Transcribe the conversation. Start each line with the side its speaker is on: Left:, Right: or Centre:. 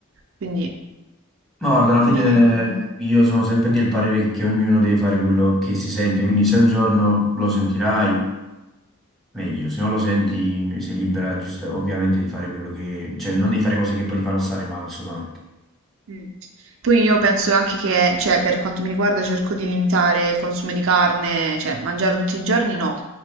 Right: Quindi
Centre: Ma guarda, alla fine
Right: mi tengo.
Centre: io sono sempre del parere che ognuno deve fare quello che si sente, quindi se un giorno lo sentirai, meglio, se non lo senti sei libera giusta- ovviamente di fare quello che... cioè non devi fare cose che poi ti fanno stare male, assolutamente.
Right: Mm. Poi io penso anche che, cioè, per quanto mi riguarda, cerco di limitare il consumo di carne, cioè, mangiarla tutti i giorni no,